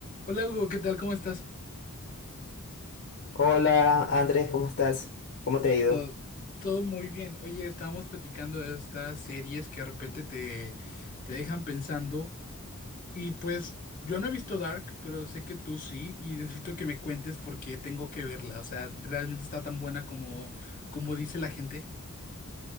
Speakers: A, on the left (about 35°); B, on the left (about 55°).
A: Hola Hugo, ¿qué tal? ¿Cómo estás?
B: Hola Andrés, ¿cómo estás? ¿Cómo te ha ido?
A: Todo, todo muy bien. Oye, estábamos platicando de estas series que de repente te, te dejan pensando y pues yo no he visto Dark, pero sé que tú sí y necesito que me cuentes por qué tengo que verla. O sea, ¿realmente está tan buena como, como dice la gente?